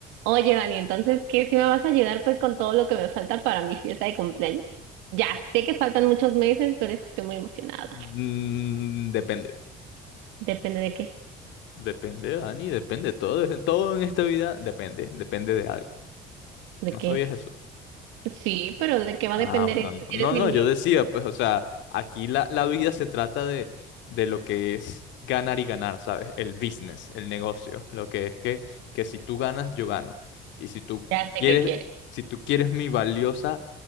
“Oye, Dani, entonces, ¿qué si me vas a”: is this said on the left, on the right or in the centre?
Right